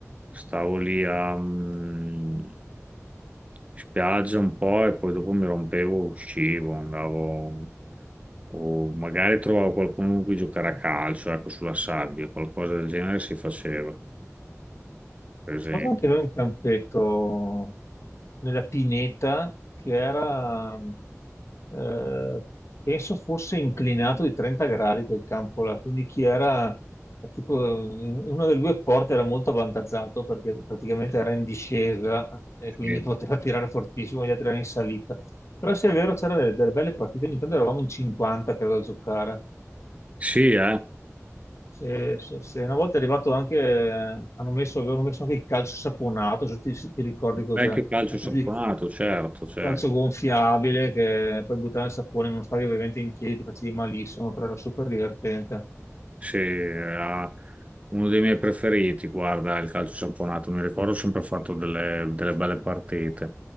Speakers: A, on the right; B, on the left.
A: Stavo lì a mm, spiaggia un po' e poi dopo mi rompevo, uscivo, andavo, o magari trovavo qualcuno con cui giocare a calcio, ecco, sulla sabbia, qualcosa del genere si faceva, per esempio.
B: Stavamo anche noi in un campetto nella pineta che era, eh, penso fosse inclinato di 30 gradi quel campo là, quindi chi era eh, tipo in una delle due porte era molto avvantaggiato perché praticamente era in discesa e quindi
A: Sì,
B: poteva tirare fortissimo, gli altri erano in salita. Però se è vero c'erano delle, delle belle partite, ogni tanto eravamo in 50 credo a giocare.
A: sì, eh,
B: Sì, sì, sì. Una volta è arrivato anche, eh, hanno messo, avevano messo anche il calcio saponato, se ti, se ti ricordi cos'è,
A: vecchio
B: una
A: calcio
B: specie
A: saponato,
B: di
A: certo, certo.
B: calcio gonfiabile che poi buttare il sapone in uno stadio ovviamente in piedi, ti facevi malissimo, però era super divertente.
A: Sì, era uno dei miei preferiti, guarda, il calcio saponato. Mi ricordo sempre fatto delle, delle belle partite.